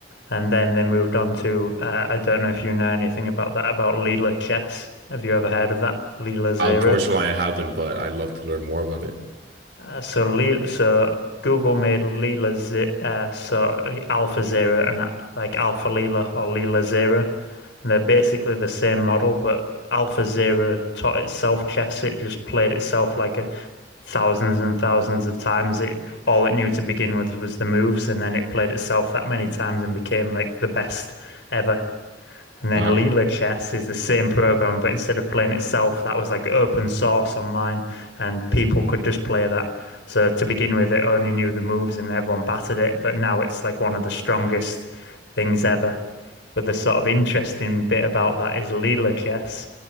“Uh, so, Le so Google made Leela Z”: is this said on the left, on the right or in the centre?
Left